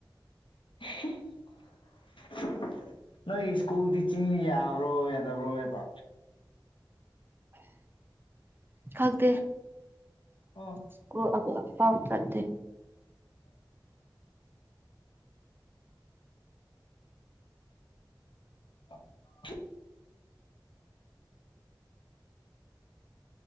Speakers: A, on the left (about 85°); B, on the right (about 25°).
A: <unintelligible> ꯅꯣꯏꯒꯤ ꯁ꯭ꯀꯨꯜ ꯇꯤꯆꯤꯡ ꯌꯥꯕ꯭ꯔꯣ ꯌꯥꯗꯕ꯭ꯔꯣꯕ
B: ꯈꯪꯗꯦ
A: ꯑꯣ
B: ꯁ꯭ꯀꯨꯜ <unintelligible> ꯑꯐꯥꯎ ꯅꯠꯇꯦ
A: <unintelligible>